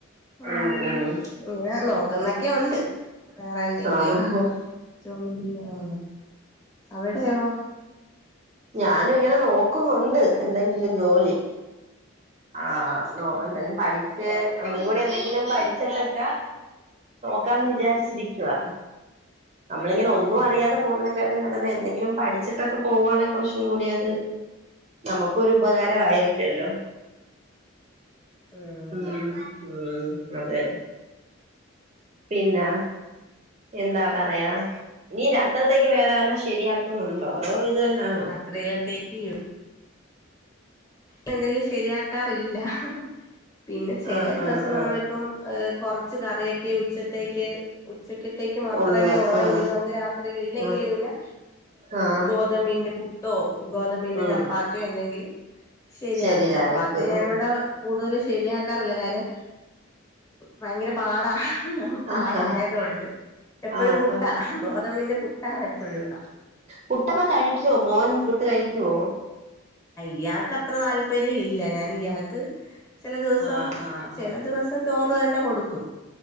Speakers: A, on the left; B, on the right.
A: അം
B: ഉം ഉം
A: ഇങ്ങനെ നോക്കുന്നൊക്കെ ഉണ്ട് വേറെ എന്തെങ്കിലും
B: ആണ്
A: ജോലിയോ അവിടെയോ
B: ഞാനു ഇങ്ങനെ നോക്കുന്നുണ്ട് എന്തെങ്കിലും ജോലി ആഹ് നോ
A: ഉം
B: എന്തേലും പഠിച്ച് ഒന്നുകൂടി എന്തെങ്കിലും പഠിച്ചിട്ടൊക്കെ നോക്കാന്ന് വിചാരിച്ചിരിക്കവാ നമ്മളിങ്ങനെ ഒന്നും
A: ഉം
B: അറിയാതെ പോവുന്നത്കാട്ടിം നല്ലത് എന്തെങ്കിലും പഠിച്ചിട്ടൊക്ക പോവാണെ കുറച്ചുകൂടി അത് നമുക്കൊരു ഉപകാരമായിരിക്കല്ലോ
A: ആഹ് അതെ
B: ഉം ഉം അഹ് അതെ പിന്ന എന്താ പറയാ നീ രാത്രൽത്തേക്ക് വേറെ വല്ലം ശരിയാക്കുന്നുണ്ടോ അതോ ഇത് തന്നാണോ
A: ത്രീലത്തേക്ക് യു എന്തെങ്കിലും ശരിയാക്കാറില്ല പിന്നെ ചെല
B: ആഹ്
A: ദിവസം
B: ആഹ് ആഹ്
A: നമ്മളിപ്പം ഏഹ് കൊറച്ച് കറിയൊക്കെ ഉച്ചത്തേക്ക് ഉച്ചക്കത്തേക്ക് മാത്രമേ
B: ഉള്ളു
A: ഉള്ളെങ്കിൽ
B: ആഹ്
A: നമുക്ക് രാത്രില് ഇല്ലെങ്കില്
B: ആഹ്
A: പിന്നെ
B: ആഹ്
A: ഗോ തമ്പിന്റെ പുട്ടോ ഗോതമ്പിന്റെ
B: ഉം
A: ചപ്പാത്തിയോ എന്തെങ്കില് ശരിയാകും
B: ശരിയാക്കും
A: ചപ്പാത്തി ഞാനിവിടെ
B: ഉം
A: കൂടുതലും ശരിയാക്കാറില്ല കാര്യം ഭയങ്കര പാടാ പാടായത്കൊണ്ട്
B: ആഹ്
A: എപ്പഴും
B: ആഹ്
A: പുട്ട ഗോതമ്പിന്റെ പുട്ടാണ്. എപ്പഴും ഇവിട
B: പുട്ടക്കേ കഴിക്കുവോ മോൻ പുട്ട് കഴിക്കുവോ
A: ഇയാൾക്ക് അത്ര താല്പര്യം ഇല്ല ഞാൻ ഇയാൾക്ക് ചില ദിവസം
B: ആഹ് ആഹ്
A: ചില
B: ആഹ്
A: ദിവസം ചോറ് തന്നെ കൊടുക്കും.